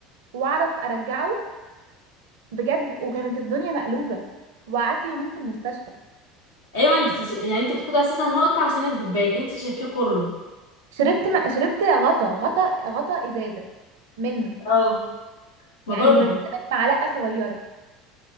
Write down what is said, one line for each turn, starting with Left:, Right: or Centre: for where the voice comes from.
Right: واعرف ارجعه بجد وكانت الدنيا مقلوبه وقعدت يومين في المستشفى
Left: ايوه انت يعني انت بتحط اساسا نقطة عشان الدبان انت شربتيه كله
Right: شربت م... شربت غطا غطا غطا ازازه منه
Left: اه
Right: يعني
Left: ما برضه
Right: بمثابه معلقه صغيره